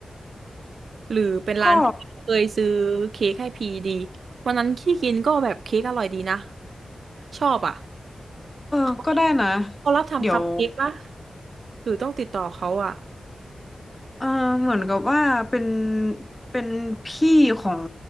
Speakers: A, on the right; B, on the left.
A: หรือเป็นร้านที่เคยซื้อเค้กให้พีดี
B: ก็
A: วันนั้นที่กินก็แบบเค้กอร่อยดีนะชอบอ่ะ
B: เออก็ได้นะ
A: เขาเขารับทำคัพเค้กปะ
B: เดี๋ยว
A: หรือต้องติดต่อเขาอ่ะ
B: เออเหมือนกับว่าเป็นเป็นพี่ของ